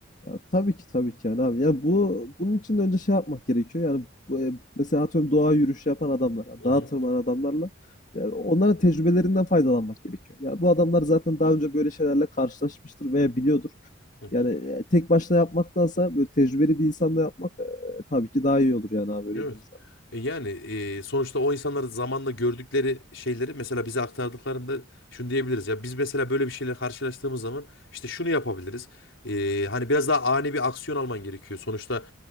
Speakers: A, on the left (about 40°); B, on the left (about 75°).
A: Ya tabii ki tabii ki yani abi. Ya bu bunun için de önce şey yapmak gerekiyor. Yani bu, e, mesela atıyorum doğa yürüyüşü yapan adamlarla,
B: Hı
A: dağa
B: hı.
A: tırmanan adamlarla ya onların tecrübelerinden faydalanmak gerekiyor. Ya bu adamlar zaten daha önce böyle şeylerle karşılaşmıştır veya biliyordur.
B: Hı hı.
A: Yani e, tek başına yapmaktansa böyle tecrübeli bir insanla yapmak e, tabii ki daha iyi olur yani abi öyle
B: Evet.
A: diyeyim sana.
B: E Yani e, sonuçta o insanlar zamanla gördükleri şeyleri mesela bize aktardıklarında şunu diyebiliriz ya biz mesela böyle bir şeyle karşılaştığımız zaman işte şunu yapabiliriz. E, hani biraz daha ani bir aksiyon alman gerekiyor. Sonuçta